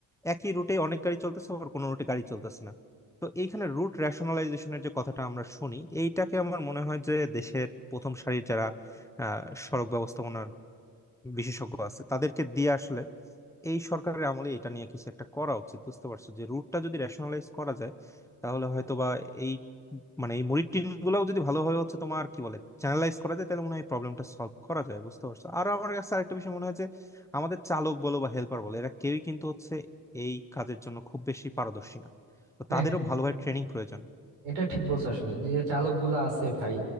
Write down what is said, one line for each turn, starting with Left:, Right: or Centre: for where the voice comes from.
Centre: একই রুটে অনেক গাড়ি চলতেছে আবার কোনো রুটে গাড়ি চলতেছে না তো এইখানে রুট রেশনালাইজেশনের যে কথাটা আমরা শুনি এইটাকে আমার মনে হয় যে দেশের প্রথম সারির যারা আহ সড়ক ব্যবস্থাপনার বিশেষজ্ঞ আছে তাদেরকে দিয়ে আসলে এই সরকারের আমলে এটা নিয়ে কিছু একটা করা উচিত বুঝতে পারছো যে রুটটা যদি রেশনালাইজ করা যায় তাহলে হয়তো বা এই মানে এই মুরির টিন গুলাও যদি ভালোভাবে হচ্ছে তোমার কি বলে চ্যানেলাইজ করা যায় তাহলে মনে হয় প্রবলেমটা সলভ করা যায় বুঝতে পারছো আর আমার কাছে আরেকটা বিষয় মনে হয় যে আমাদের চালক বলো বা হেল্পার বলো এরা কেউই কিন্তু হচ্ছে এই কাজের জন্য খুব বেশি পারদর্শী না তো
Right: হ্যাঁ,
Centre: তাদেরও ভালোভাবে ট্রেনিং প্রয়োজন
Right: এটা ঠিক বলছো আসলে যে চালক গুলা আছে ভাই